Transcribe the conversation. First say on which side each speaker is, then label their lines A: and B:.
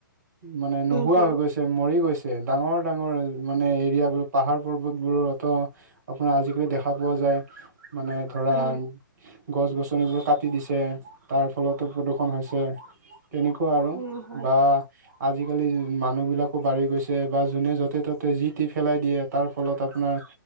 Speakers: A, on the right; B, on the right.
A: মানে নোহোৱা
B: উম হয়
A: হৈ গৈছে মৰি গৈছে। ডাঙৰ ডাঙৰ মানে এৰিয়াবোৰত পাহাৰ পৰ্বতবোৰত আপোনাৰ আজিকালি দেখা পোৱা যায়। মানে ধৰা
B: উম
A: গছ গছনিবোৰ কাটি দিছে, তাৰ ফলতো প্ৰদূষণ হৈছে তেনেকু <unintelligible>
B: উম হয়
A: বা আজিকালি মানুহ বিলাক বাঢ়ি গৈছে বা যোনে য'তে ত'তে যি টি ফেলাই দিয়ে, তাৰ ফলত আপোনাৰ